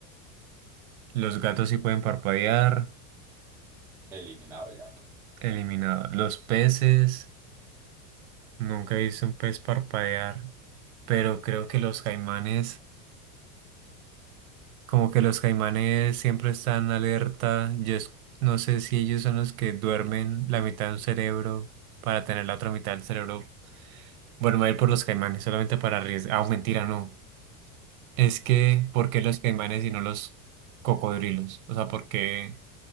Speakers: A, on the right (about 70°); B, in the centre.
A: Los gatos sí pueden parpadear.
B: Eliminado el gato.
A: Eliminado. Los peces, nunca he visto un pez parpadear, pero creo que los caimanes, como que los caimanes siempre están alerta. Yo es- no sé si ellos son los que duermen la mitad de un cerebro para tener la otra mitad del cerebro. Bueno, me voy a ir por los caimanes, solamente para arriesgar. Ah, mentira, no. Es que, ¿por qué los caimanes y no los cocodrilos? O sea, ¿por qué?